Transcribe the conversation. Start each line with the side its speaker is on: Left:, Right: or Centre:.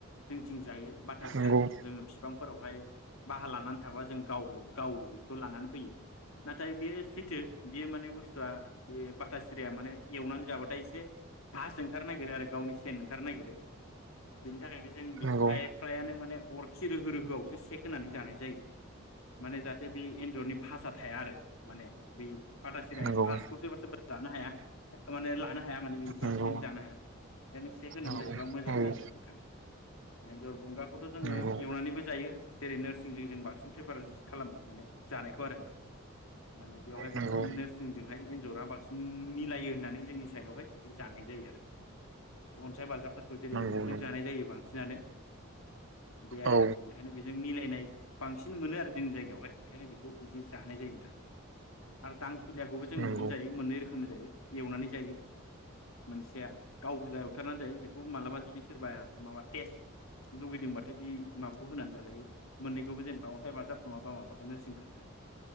Left: जोंनिथिं जायो। बाथा
Right: नंगौ
Left: सिराखौ जोंङो बिफांफोरावहाय बाहा लानानै थाबा जों गावहो गाव बेखौ लानानै फैयो। नाथाय बेयो सैथो बेयो माने बुस्थुआ बे बाथा सिराया माने एवनानै जाबाथाय एसे बा सों खार नागिरो आरो गावनि सेन ओंखार नागिरो बिनि थाखाय बे जों बेखौहाय
Right: नंगौ
Left: फ्रायानो माने अरखि रोहो रोहो आवसो सेक होनानै जानाय जायो माने जाहाथे बे एनजरनि भासआ थाया आरो माने बे बाथा सिरानिया
Right: नंगौ
Left: फासखौ सोरबा सोरबा जानो हाया माने लानो हाया माने बिनिखौ
Right: नंगौ
Left: ओंखायनो जानो हाया बिखायनो सेक होनानै
Right: औ
Left: जायोबा मोजां
Right: नंगौ
Left: जायो आरो नोंथां एनजर बुंगाखौथ' जोंङो
Right: नंगौ
Left: एवनानैबो जायो जेरै नोरसि जोंजों जों बांसिन प्रिफारेन्स खालामो माने जानायखौ आरो। माने बेवहाय
Right: नंगौ
Left: बांसिन नोरसिंजोंहाय एन्जरा बांसिन मिलायो होननानै जोंनि साइडआवहाय बिदि जानाय जायो आरो। अनसाय बाजाबफोरखौ जेरै
Right: नंगौ
Left: एम्बुजों जानाय जायो बांसिनानो बे आरो
Right: औ
Left: ओंखायनो बेजों मिलायनाय बांसिन मोनो आरो जोंनि जायगायावहाय ओंखायनो बेखौ बिदि जानाय जायो नोंथां आरो दांसुुलियाखौबो जों
Right: नंगौ
Left: बिदिनो जायो मोननै रोखोम जायो एवनानै जायो मोनसेया गाव गोजा एवथारनानै जायो बेखौ मालाबा जुदि सोरबा माबा टेस्ट लुुबैदोंबाथाय बे माबाखौ होनानै जालायो मोन्नैखौबो जेनेबा अन्थाइ बाजाब नङाबा माबाखौ नोरसिंखौ नोंथां